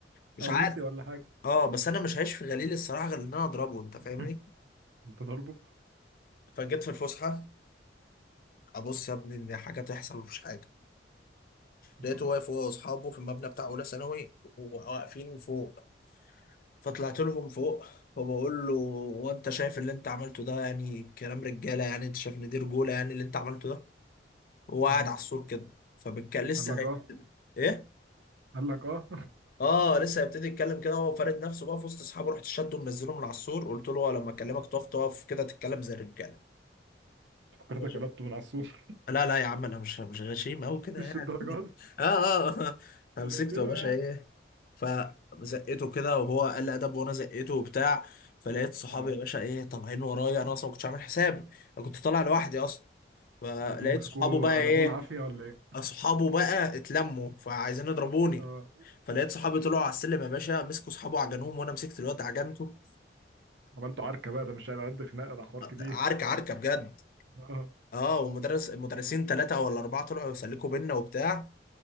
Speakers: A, on the left (about 50°); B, on the right (about 75°).
A: مش
B: او
A: عارف
B: نسي ولا حاجة
A: اه بس انا مش هعيش في غليل الصراحه غير ان انا اضربه انت
B: <laughs>
A: فاهمني
B: انت ضربه
A: فجيت في الفسحه ابص يا ابني ان حاجه تحصل مفيش حاجه
B: اه
A: لقيته واقف هو واصحابه في المبنى بتاع اولى ثانوي وواقفين فوق فطلعت لهم فوق وبقول له هو انت شايف اللي انت عملته ده يعني كلام رجاله يعني انت شايف ان دي رجوله يعني اللي انت عملته ده هو قاعد
B: مم.
A: على السور كده فبالكلم لسه
B: قال لك
A: هي...
B: اه
A: ايه
B: قال لك اه
A: اه لسه هيبتدي يتكلم كده هو فارد نفسه بقى في وسط اصحابه رحت شده منزله من على السور قلت له هو لما اكلمك تقف تقف كده تتكلم زي الرجاله
B: فكرتك
A: ماشي
B: قلبته من على السور
A: لا لا يا عم انا مش مش غشيم قوي
B: <laughs>
A: كده
B: مش
A: يعني
B: الدرجات دي
A: اه اه <laughs> آه. فمسكته
B: انا قلتله
A: يا باشا
B: يعني
A: ايه فزقته كده وهو قال لي ادب وانا زقته وبتاع فلقيت صحابي
B: اه
A: يا باشا ايه طالعين ورايا انا اصلا ما كنتش عامل حساب انا كنت طالع لوحدي اصلا فلقيت
B: لقيتهم مسكوه
A: صحابه بقى
B: وعدموه
A: ايه
B: العافيه ولا ايه
A: اصحابه بقى اتلموا فعايزين يضربوني
B: اه
A: فلقيت صحابي طلعوا على السلم يا باشا مسكوا صحابه عجنوهم وانا مسكت الواد عجنته
B: عملته عركه بقى ده مش على قد خناقه ده حوار كبير
A: عركه عركه بجد
B: اه
A: اه ومدرس المدرسين ثلاثه ولا اربعه طلعوا يسلكوا بينا وبتاع